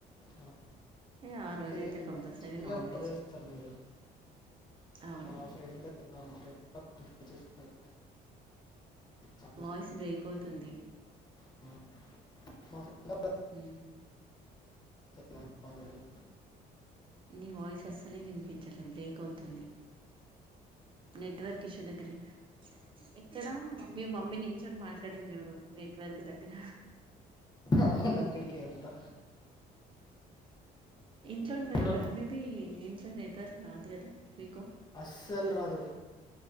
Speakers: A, on the left; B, on the right.
A: ఆ,
B: ఏ ఆ రోజు
A: సేమియా
B: అయితే కంపల్సరీ
A: సేమియా
B: నాన్
A: బాగా
B: వెజ్
A: చేస్తారు మీరు
B: అవును
A: మా ఫ్రెండ్ మా ఫ్రెండ్ చేస్తారు చాలా
B: వాయిస్ బ్రేక్ అవుతుంది
A: ఇష్టం. మా ఫ్రెండ్ ఓ
B: ఉమ్
A: ఇలాంటి పండుగలు
B: నీ వాయిస్ అస్సలే వినిపించలే బ్రేక్ అవుతుంది నెట్వర్క్ ఇశో దగ్గరే ఎక్కడ మీ మమ్మీ నించోనీ మాట్లాడింది చూడు నెట్వర్క్ దగ్గర
A: ఆగండి అక్కడికే ఏళ్తా
B: ఇంకా
A: ఇప్పుడు
B: ఫైబర్ మీది ఇంట్లో నెట్వర్క్ రాదు కదా మీకు
A: అస్సల్ రాదు